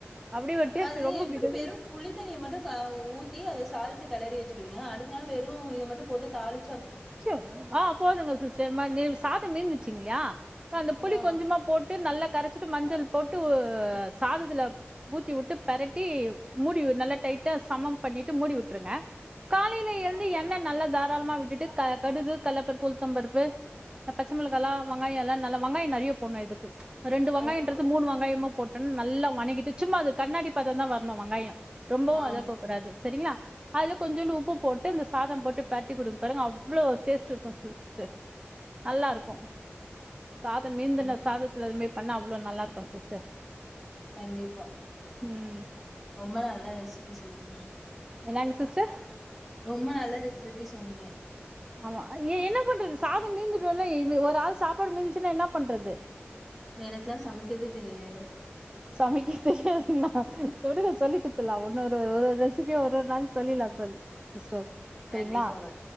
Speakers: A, on the right (about 20°); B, in the centre.
A: அப்டி ஒரு டேஸ்ட்
B: அது
A: ரொம்ப
B: எப்படி
A: பிடிக்குது
B: வெறும் புளித்தண்ணிய மட்டும் ஊத்தி அத சாத கிளறி வச்சிருவிங்க அடுத்த நாள் வெறும் இத மட்டும் போட்டு தாலி
A: ச்சு போதுங்க சிஸ்டர் மா நெ சாதம் மிந்துச்சு இல்லையா அந்த புளி
B: ஆ
A: கொஞ்சமா போட் ட்டு நல்லா கரைச்சிட்டு மஞ்சள் போட்டு ஹு சாதத்துல ஊத்திவுட்டு பெரட்டி மூடி நல்லா டைட்டா சமம் பண்ணிட்டு மூடி விட்டுருங்க காலையில எழுந்து எண்ணெய் நல்லா தாராளமா விட்டுட்டு கா கடுகு கல்லபருப்பு உளுத்தபருப்பு பச்ச மிளகாயலாம் வெங்காயம் எல்லாம் நல்லா வங்காயம் நிறைய போடணும் இதுக்கு ரெண்டு
B: ஆ
A: வெங்காயம்ன்றது மூணு வெங்காயமா போட் நல்லா வணங்கிட்டு சும்மா அது கண்ணாடி பத்தம் தான் வரணும் வெங்காயம் ரொம்பவும்
B: ஆ
A: வதக்க கூடாது சரிங்களா அதுல கொஞ்சோண்டு உப்பு போட்டு இந்த சாதம் போட்டு பிரட்டி குடுத்து பாருங்க அவவ்வளோ ஒரு டேஸ்ட் இருக்கும் சிஸ டர் நல்லா இருக்கோம் சாதம் மீந்தன
B: ம்.
A: சாதத்துல பண்ணா அவ்வளோ நல்லாக்கும் சிஸ்டர்
B: கண்டிப்பா
A: உம்
B: ரொம்ப நல்ல சிக்கு சொல்றீங்க
A: என்னங்க சிஸ்டர்
B: ரொம்ப நல்ல ரெசிபி சொன்னீங்க
A: ஆமா ஏ என்ன பண்றது சாதம் மீந்துட்ம்ல ஒரு ஆள் சாப்பாடு மீந்துச்சுன்னா என்ன பண்றது
B: எனக்கெல்லாம் சமைக்கவே தெரியாது
A: சமைக்க தெரியாதுங்களா சொல்லி குத்துலாம் ஒன்னு ஒரு ஒரு ரெசிபிய ஒரு ஒரு நாளைக்கு சொல்லிலாம் சொ சிஸ்டர் சரிங்களா
B: கண்டிப்பாங்க